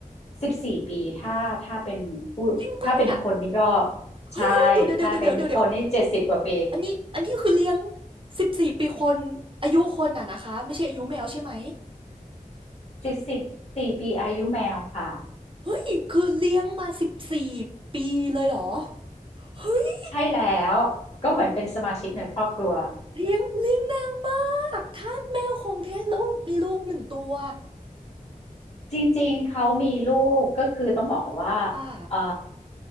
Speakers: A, on the left; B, on the right.
A: สิบสี่ปีถ้าถ้าเป็นผู้ถ้าเป็นคนนี่ก็
B: จริงปะเนี่ยเฮ้ยเฮ้ยเดี๋ยวเดี๋ยวเดี๋ยวเดี๋ยวเดี๋ยวเดี๋ยว
A: ใช่ ถ้าเป็นคนนี่เจ็ดสิบกว่าปี
B: อันนี้อันนี้คือเลี้ยง14ปีคนอายุคนอะนะคะไม่ใช่อายุแมวใช่ไหม
A: สิบสี่ปีอายุแมวค่ะ
B: เฮ้ยคือเลี้ยงมาสิบสี่ปีเลยเหรอเฮ้ย
A: ใช่แล้วก็เหมือนเป็นสมาชิกในครอบครัว
B: เลี้ยงเลี้ยงนางมากทาสแมวของแท้แล้วมีลูกหนึ่งตัว
A: จริงๆ เขามีลูกก็คือต้องบอกว่า
B: ค่ะ
A: เอ่อ